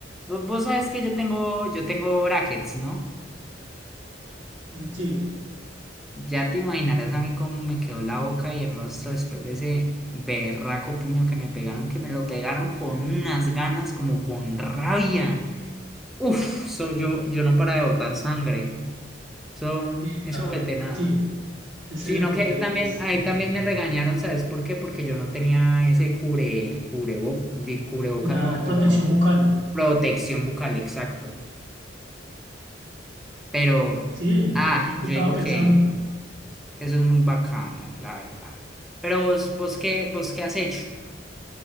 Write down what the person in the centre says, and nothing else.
Vos, vos sabes que yo tengo, yo tengo brackets, ¿no?
Ya te imaginarás a mí cómo me quedó la boca y el rostro después de ese berraco puño que me pegaron, que me lo pegaron con unas ganas, como con rabia. Uf, so yo, yo no para de botar sangre. Eso,
eso
vete nada.
Sino
que ahí también,
ahí
también me
regañaron, ¿sabes por qué? Porque yo no tenía ese cubre, cubrebo, di- cubrebocas,
no, como
protección bucal, exacto. Pero,
ah,
yo
digo
que, que eso es muy bacano, la verdad. Pero vos, vos qué, vos qué has hecho?